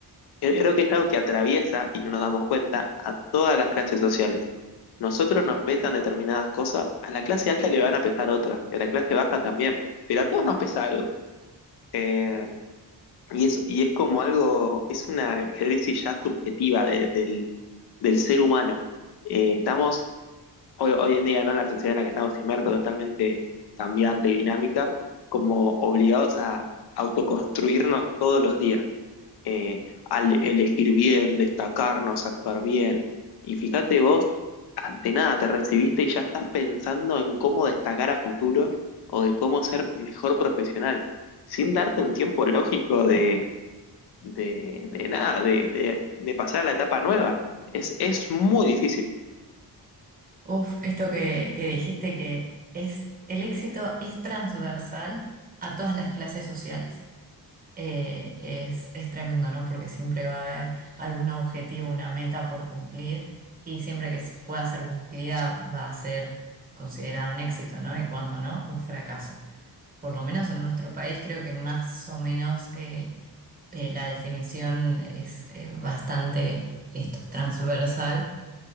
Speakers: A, on the left; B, on the right.
A: eh, creo que es algo que atraviesa, y no nos damos cuenta, a todas las clases sociales. Nosotros nos pesan determinadas cosas, a la clase alta le van a pesar otras, y a la clase baja también, pero a todos nos pesa algo. Eh, y, es, y es como algo, es una crisis ya subjetiva de- del, del ser humano. Eh, estamos hoy, hoy en día, ¿no? En la sociedad en la que estamos inmersos, totalmente cambiante y dinámica, como obligados a autoconstruirnos todos los días eh, al elegir bien, destacarnos, actuar bien. Y fíjate vos, ante nada te recibiste y ya estás pensando en cómo destacar a futuro o de cómo ser mejor profesional, sin darte un tiempo lógico de, de, de nada, de, de, de pasar a la etapa nueva. Es, es muy difícil.
B: Uf, esto que, que dijiste que es el éxito es transversal a todas las clases sociales. eh, es, es tremendo, ¿no? Porque siempre va a haber algún objetivo, una meta por cumplir y siempre que s- pueda ser cumplida va a ser considerado un éxito, ¿no? Y cuando no, un fracaso. Por lo menos en nuestro país creo que más o menos eh, eh, la definición es eh, bastante esto, transversal